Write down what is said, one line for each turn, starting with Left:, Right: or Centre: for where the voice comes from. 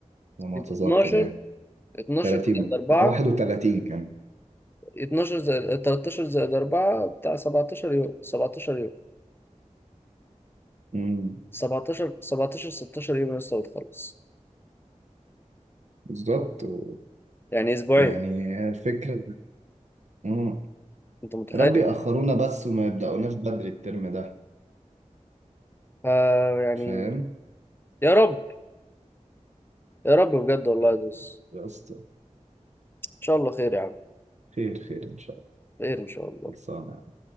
Right: لما
Left: يبقى
Right: اتذكر
Left: 12
Right: يعني
Left: 12
Right: 30
Left: زائد 4
Right: 31 كمان
Left: 12 زائد 13 زائد 4 بتاع 17 يوم 17 يوم
Right: امم
Left: 17 17 16 يوم لسه وتخلص
Right: بالظبط و...
Left: يعني اسبوعين
Right: يعني هي الفكرة امم
Left: انت متخيل
Right: ربي يأخرونا بس وما يبدأوناش بدري الترم ده
Left: ف يعني
Right: فاهم
Left: يا رب يا رب بجد والله
Right: <laughs>
Left: يا زوز
Right: يا اسطى
Left: ان شاء الله خير يا عم
Right: خير خير ان شاء الله
Left: خير ان شاء الله
Right: خلصانة